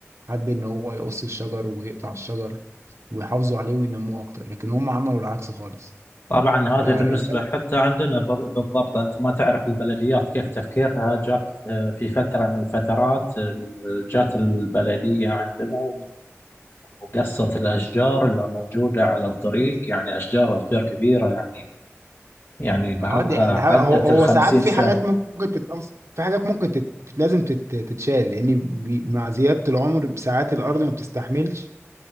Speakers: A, on the right (about 75°); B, on the left (about 50°).
A: حد إن هو يقص الشجر ويقطع الشجر ويحافظوا عليه وينموه أكتر لكن هم عملوا العكس خالص
B: طبعا هذا
A: فالناس
B: بالنسبة حتى عندنا بر- بالضبط أنت ما تعرف البلديات كيف تفكيرها جات آه، في فترة من الفترات آه، جات البلدية عندنا وقصة الأشجار اللي موجودة على الطريق يعني أشجار أشجار كبيرة يعني يعني بعضها
A: اه دي الح- هو
B: عدت
A: هو
B: الخمسين
A: ساعات في
B: سنة
A: حاجات ممكن تتأثر في حاجات ممكن تت... تت- لازم تت... تتشال لان بي... مع زيادة العمر ساعات الارض ما بتستحملش